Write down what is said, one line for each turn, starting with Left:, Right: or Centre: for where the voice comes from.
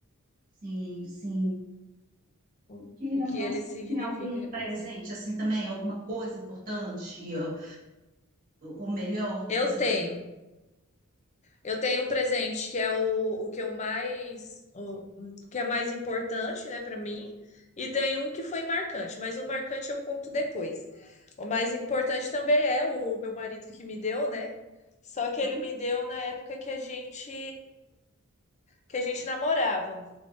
Right: Sim, sim.
Left: o,
Right: Aqui
Left: o
Right: na
Left: que
Right: mão,
Left: ele
Right: você
Left: significa,
Right: tem algum
Left: representa.
Right: presente, assim, também? Alguma coisa importante, ou, ou melhor, que
Left: Eu
Right: você
Left: tenho,
Right: tem?
Left: eu tenho um presente que é o, o que eu mais, o, o que é mais importante, né, para mim, e tem um que foi marcante, mas o marcante eu conto depois. O mais importante também é o meu marido que me deu, né? Só que
Right: Uhum,
Left: ele me deu na época que a gente que a gente namorava.